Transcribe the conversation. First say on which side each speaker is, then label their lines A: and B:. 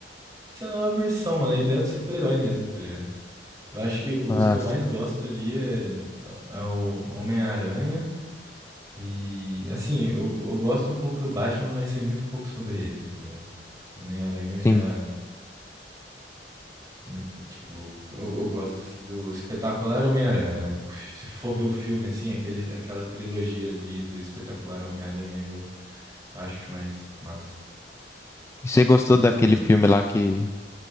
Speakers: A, on the right; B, on the left.
A: essa é a nova versão, mano. A ideia do super-herói mesmo, tá ligado? Eu acho que os
B: Ah,
A: que eu mais gosto ali é, é o Homem-Aranha. E, assim, eu, eu gosto um pouco do Batman, mas sei muito pouco sobre ele, tá ligado? Homem-Aranha eu
B: sim.
A: já. Em- Tipo, eu, eu gosto assim do Espetacular Homem-Aranha, né? O fi- Se for ver o filme assim, aquele, aquela trilogia ali do Espetacular Homem-Aranha, eu acho mais massa.
B: Você gostou daquele
A: E tu, mano?
B: filme lá que...